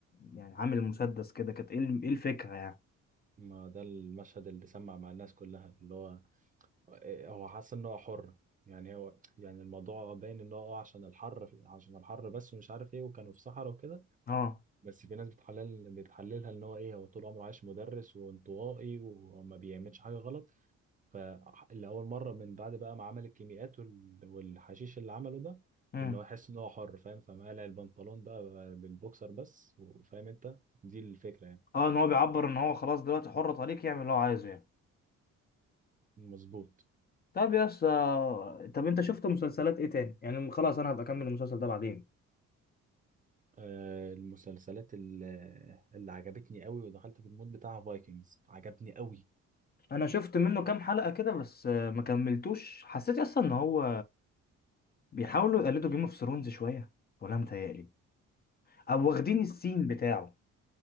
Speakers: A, on the left (about 30°); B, on the right (about 25°).
A: يعني عامل مسدس كده كانت ايه ال- إيه الفكرة يعني
B: ما ده المشهد اللي سمع مع الناس كلها اللي هو آه، هو حاسس ان هو حر يعني هو يعني الموضوع باين ان هو آه، عشان الحر عشان الحر بس ومش عارف ايه وكانوا في صحراء وكده
A: اه
B: بس في ناس بتحلل بتحللها ان هو ايه هو طول عمره عايش مدرس وانطوائي وما بيعملش حاجه غلط فلأول مره من بعد بقى ما عمل الكيميائيات وال- والحشيش اللي عمله ده
A: امم
B: ان هو يحس ان هو حر فاهم فمقلع البنطلون بقى بالبوكسر بس وفاهم انت دي الفكره يعني
A: اه ان هو بيعبر ان هو خلاص دلوقتي حر طريق يعمل اللي هو عايزه يعني
B: مظبوط
A: طب يا اسطى طب انت شفت مسلسلات ايه تاني يعني خلاص انا هبقى اكمل المسلسل ده بعدين
B: آه، المسلسلات ال- اللي عجبتني قوي ودخلت في المود بتاع فايكنجز عجبني قوي
A: انا شفت منه كام حلقة كده بس آه، ما كملتوش حسيت يا اسطى ان هو بيحاولوا يقلدوا جيم اوف ثرونز شوية ولا متهيألي او واخدين السين بتاعه